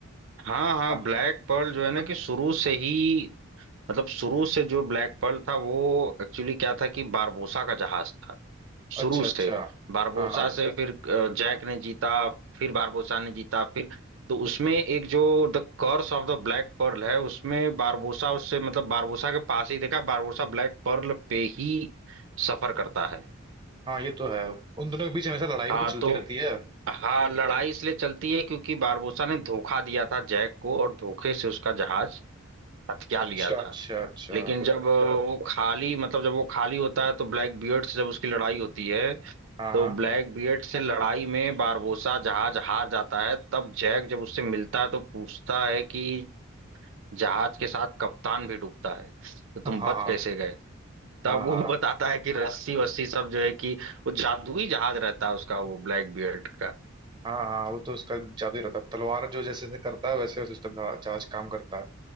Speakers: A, on the right; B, on the right.
A: हाँ हाँ
B: हाँ
A: ब्लैक पर्ल जो है ना कि शुरू से ही मतलब शुरू से जो ब्लैक पर्ल था वो एक्चुअली क्या था कि बारबोसा का जहाज था शुरू
B: अच्छा
A: से
B: अच्छा
A: बारबोसा
B: हाँ हाँ
A: से फिर अ, जैक ने जीता फिर बारबोसा ने जीता फिर तो उसमें एक जो the curse of the Black Pearl है उसमें बारबोसा उससे मतलब बारबोसा के पास ही देखा बारबोसा ब्लैक पर्ल पे ही सफर करता है
B: हाँ ये तो है उन दोनों के बीच हमेशा लड़ाई
A: हाँ
B: भी तो चलती
A: तो
B: रहती है
A: हाँ लड़ाई इसलिए चलती है क्योंकि बारबोसा ने धोखा दिया था जैक को और धोखे से उसका जहाज हथिया लिया
B: अच्छा
A: था
B: अच्छा अच्छा
A: लेकिन जब वो खाली मतलब जब वो खाली होता है तो ब्लैक बियर्ड से जब उसकी लड़ाई होती है
B: हाँ
A: तो
B: हाँ
A: ब्लैक बियर्ड से लड़ाई में बारबोसा जहाज हार जाता है तब जैक जब उससे मिलता है तो पूछता है कि जहाज के साथ कप्तान भी डूबता है तो तुम
B: हाँ हाँ
A: बच कैसे गए तब
B: हाँ
A: वो
B: हाँ हाँ
A: <laughs> बताता है कि रस्सी वस्सी सब जो है कि वो जादुई जहाज रहता है उसका वो ब्लैक बियर्ड का
B: हाँ हाँ, वो तो उसका जादू ही रहता है। तलवार जो जैसे जैसे करता है वैसे वैसे उसका जा- जहाज काम करता है